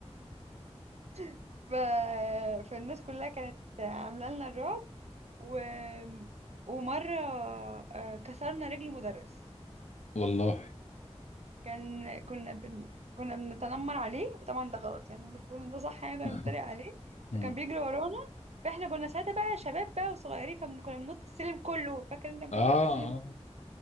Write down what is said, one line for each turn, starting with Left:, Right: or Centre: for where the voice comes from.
Right: <laughs> ف... فالناس كلها كانت عامله لنا الرعب و... ومره آه، كسرنا رجل مدرس
Left: والله
Right: كان كنا بن... كنا بنتنمر عليه وطبعا ده غلط يعني مش بقول إن ده صح يعني ده
Left: <laughs>
Right: بنتريق عليه
Left: مم.
Right: فكان بيجري ورانا فاحنا كنا ساعتها بقى شباب بقى وصغيرين فكنا بننط السلم كله فاكر انت كنا
Left: آه,
Right: بننط السلم
Left: اه